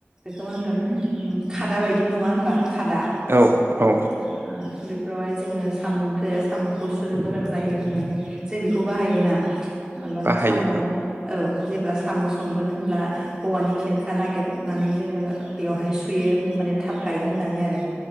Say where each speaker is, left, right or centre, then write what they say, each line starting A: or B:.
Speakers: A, on the right; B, on the right.
A: बेखौ मा होनगोन खादा बायदि नङा होनबा खादा
B: औ औ
A: ओ ओ बेफोरावहाय जोङो साम ओंख्रि सामखौ सुनो मोजां जायो होननानै जों बेखौ बाहायोना माबा
B: बाहायो
A: साम औ जेब्ला साम संगोन होनब्ला औवानि खेरखा नागेदनानै जोङो बेवहाय सुयो माने थाब गायो होननानै आरो